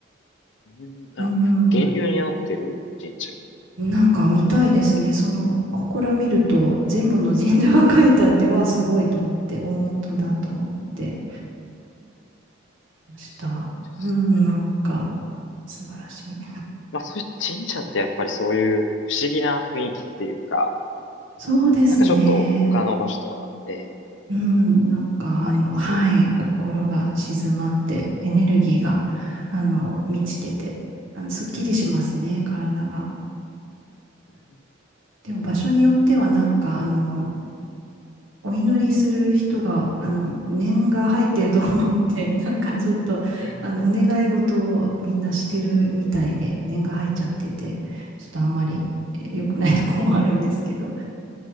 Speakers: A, on the left; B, on the right.
A: うん、
B: うん。
A: あ、源流になってる神社で
B: なんか見たいですね。その、ここら見ると、全部の神社が書いてあって、わあ、すごいと思って、大本だと思ってました。
A: すごいです。
B: うん、なんか、素晴らしい。
A: まあ、そういう神社ってやっぱりそういう不思議な雰囲気っていうか、
B: そうですね。
A: なんかちょっと他の場所とは、ええ、
B: うん、なんか、あの、
A: ありますよね。
B: はい、心が静まって、エネルギーが、あの、満ちてて、あの、すっきりしますね、体が。
A: うん
B: でも、場所によっては、なんか、あの、お祈りする人が、あの、念が入ってるとこもあって、<laughs> なんかちょっと、
A: ええ
B: あの、お願い事をみんなしてるみたいで、念が入っちゃってて、ちょっとあんまりえ良くないとこもあるんですけど、
A: うん